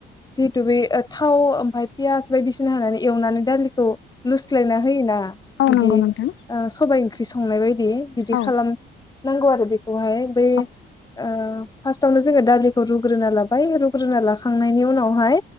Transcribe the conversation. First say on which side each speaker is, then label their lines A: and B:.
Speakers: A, on the left; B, on the left.
A: जिहेतु बे थाव ओमफ्राय पियास बायदिसिना होनानै एवनानै दालिखौ लुस्लायना होयोना
B: औ
A: बिदि
B: नंगौ नोंथां
A: ओ सबाय ओंख्रि संनाय बाय दि बिदि
B: औ
A: खालामनांगौ आरो बेखौहाय बै
B: औ
A: ओ फार्स्टावनो जोङो दालिखौ रुग्रोना लाबाय रुग्रोना लाखांनायनि उनावहाय